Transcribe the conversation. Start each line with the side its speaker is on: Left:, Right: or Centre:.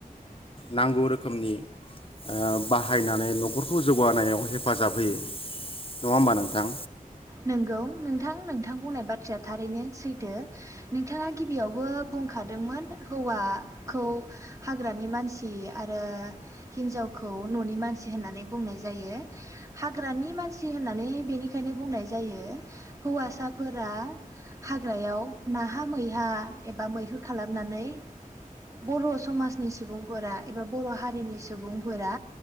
Left: नांगौ रोखोमनि ओ बाहायनानै न'खरखौ जौगानायाव हेब हेफाजाब होयो नङा होमबा नोंथां
Right: नंगौ नोंथां नोंथां बुंनाय बाथ्राया थारैनो सैथो नोंथाङा गिबियावबो बुंखादोंमोन हौवाखौ हाग्रानि मानसि आरो हिन्जावखौ न'नि मानसि होननानै बुंनाय जायो हाग्रानि मानसि होननानै बेनिखायनो बुंनाय जायो। जायो हौवासाफोरा हाग्रायाव नाहा मैहा एबा मैहुर खालामनानै बर' समाजनि सुबुंफोरा एबा बर' हारिनि सुबुंफोरा